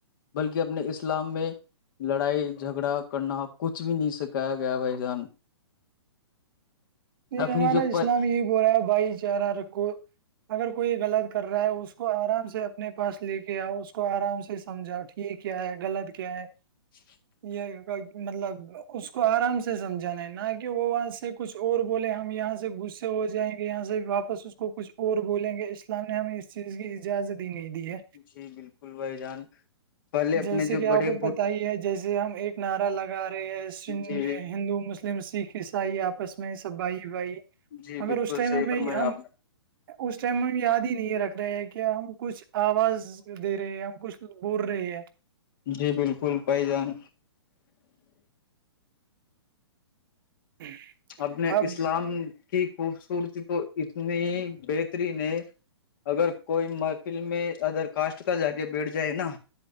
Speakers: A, on the left; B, on the right.
A: بلکہ اپنے اسلام میں لڑائی جھگڑا کرنا کچھ بھی نہیں سکھایا گیا بھائی جان
B: یہ
A: اپنی
B: ہمارا
A: جو
B: اسلام
A: پر
B: یہی بول رہا ہے بھائی چارہ رکھو اگر کوئی غلط کر رہا ہے اس کو آرام سے اپنے پاس لے کے آؤ اس کو آرام سے سمجھاؤ ٹھ یہ کیا ہے غلط کیا ہے
A: <inaudible>
B: یہ مطلب اس کو آرام سے سمجانا ہے نہ کہ وہ وہاں سے کچھ اور بولیں ہم یہاں سے گغصے ہو جائیں گے یہاں سے واپس اس کو کچھ اور بولیں گے اس لیے اسلام نے ہمیں اس چیز کی اجازت ہی نہیں دی ہے
A: جی بالکل بھائی جان پہلے اپنے
B: جیسے
A: جو
B: کہ آپ
A: بڑے
B: کو پتہ ہی ہے جیسے ہم ایک نعرا لگا رہے ہیں
A: جی
B: ہندو مسلم مسلم سکھ عیسائی آپس میں سب بھائی بھائی
A: جی
B: مگر
A: بالکل
B: اس ٹائم
A: صحیح
B: ہمیں
A: فرمایا
B: ہم
A: آپ
B: اس ٹائم میں ہم یاد ہی نہیں رکھ رہے ہیں کہ ہم کچھ آواز دے رہے ہیں ہم کچھ بول رہے ہیں
A: جی بالکل بھائی جان
B: <inaudible>
A: اپنے
B: اب
A: اسلام کی خوبصورتی تو اتنی بہترین ہے اگر کوئی محفل میں ادر کاسٹ کا جاگے بیٹھ جائے نا